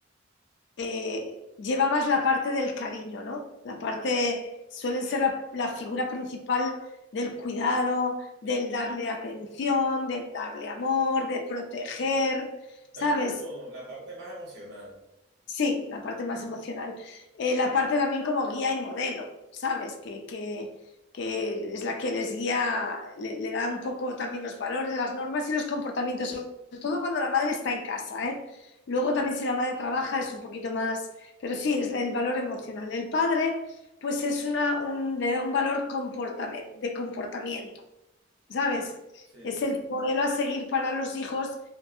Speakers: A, on the left; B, on the right.
A: eh, lleva más la parte del cariño, ¿no? La parte suele ser la, la figura principal del cuidado, del darle atención, del darle amor, de proteger, ¿sabes?
B: Está como la parte más emocional.
A: Sí, la parte más emocional. Eh, la parte también como guía y modelo, ¿sabes? Que, que- que es la que les guía, le, le da un poco también los valores, las normas y los comportamientos, sobre todo cuando la madre está en casa, ¿eh? Luego también si la madre trabaja es un poquito más, pero sí, es la- el valor emocional. El padre, pues es una, un- le da un valor comportame- de comportamiento. ¿sabes?
B: Sí,
A: Es el modelo a seguir para los hijos